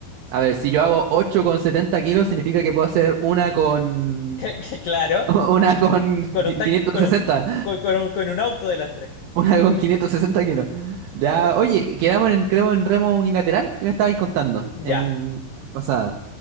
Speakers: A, on the right (about 75°); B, on the left (about 80°).
A: a ver, si yo hago 8 con 70 kilos, significa que puedo hacer una con...
B: <laughs> Claro,
A: <laughs> Una con
B: con
A: qui-
B: un tan,
A: quinientos
B: con
A: sesenta
B: un, con, con un, con un auto de lastre.
A: Una con 560 kilos. Ya,
B: Pero,
A: oye, quedamos en, creo, en remo unilateral. ¿Qué me estabais contando
B: ya.
A: en la pasada?